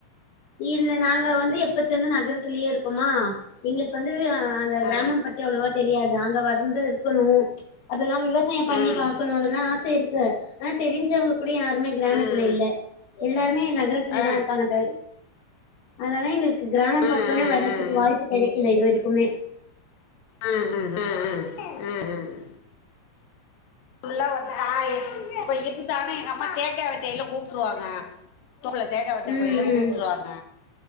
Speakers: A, on the left (about 85°); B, on the left (about 70°).
A: இல்ல நாங்க வந்து எப்பத்தலந்து நகரத்துலயே இருக்கோமா எங்களுக்கு வந்து அந்த கிராமம்
B: ஆ
A: பத்தி அவ்வளவா தெரியாது அங்க வர் வந்து இருக்கணும் அதெல்லா விவசாயம் பண்ணி
B: ம்
A: பாக்கணும் அதெல்லாம் ஆசை இருக் ஆனா தெரிஞ்சவங்ப் கூட யாருமே கிராமத்தல
B: ம்
A: இல்ல எல்லாருமே நகரத்துல
B: ஆ
A: தான் இருக்காங்க அதா அதலா எங்களுக்கு கிராமம்
B: ம் ம்
A: பக்கமே
B: ம்
A: வரதுக்கு வாய்ப்பு கெடைக்கல இது வரைக்குமே
B: உம் உம் உம் ஹே ம் ம் உள்ள ஒறுத்த ஆய் பவி அம்மா கேக்க வெட்டையல்ல கூப்பிற்றுவாங்க தோல தேங்கா வட்டை
A: ம்
B: கோயில கூப்பிருவாங்க